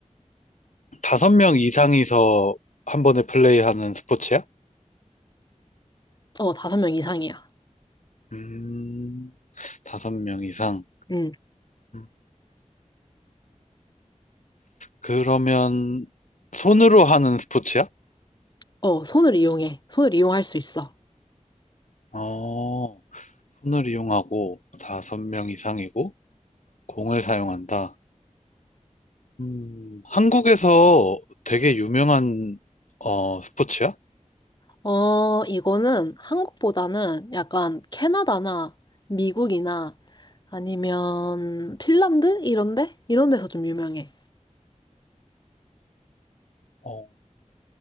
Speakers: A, on the left; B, on the left.
A: 다섯 명 이상이서 한 번에 플레이하는 스포츠야?
B: 어, 다섯 명 이상이야.
A: 음, 다섯 명 이상.
B: 응.
A: 음, 그러면 손으로 하는 스포츠야?
B: 어, 손을 이용해. 손을 이용할 수 있어.
A: 어, 손을 이용하고 다섯 명 이상이고 공을 사용한다. 음, 한국에서 되게 유명한 어, 스포츠야?
B: 어, 이거는 한국보다는 약간 캐나다나 미국이나 아니면 핀란드? 이런데? 이런 데서 좀 유명해.
A: 어,